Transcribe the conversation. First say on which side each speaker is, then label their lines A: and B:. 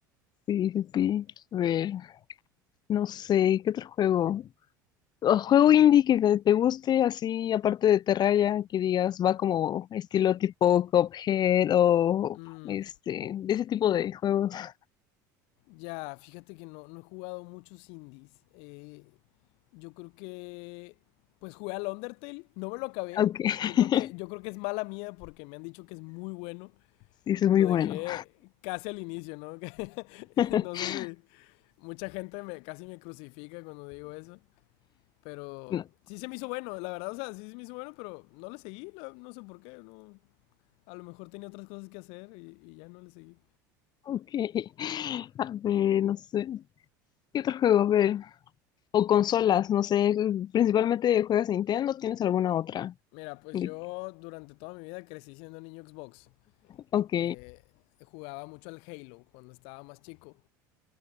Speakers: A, on the left (about 45°); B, on the left (about 65°).
A: sí, sí. A ver, no sé, ¿qué otro juego? O juego indie que te, te guste, así, aparte de Terraria, que digas, va como estilo tipo Cuphead o
B: Mm,
A: este, de ese tipo de juegos. <laughs>
B: ya, fíjate que no, no he jugado muchos indies. Eh, yo creo que, pues jugué al Undertale, no me lo acabé.
A: Ok, <laughs>
B: Yo creo que, yo creo que es mala mía porque me han dicho que es muy bueno.
A: sí, eso es muy
B: Lo
A: bueno.
B: dejé casi al inicio, ¿no? <laughs> Que-
A: <laughs>
B: No sé si mucha gente me, casi me crucifica cuando digo eso. Pero
A: No,
B: sí se me hizo bueno, la verdad, o sea, sí se me hizo bueno, pero no le seguí, no, no sé por qué, no. A lo mejor tenía otras cosas que hacer y, y ya no le seguí.
A: Ok. <laughs> A ver, no sé. ¿Qué otro juego? A ver. O consolas, no sé. Principalmente juegas Nintendo, ¿tienes alguna otra?
B: Mira, pues
A: De-
B: yo durante toda mi vida crecí siendo niño Xbox.
A: Ok.
B: Eh, jugaba mucho al Halo cuando estaba más chico.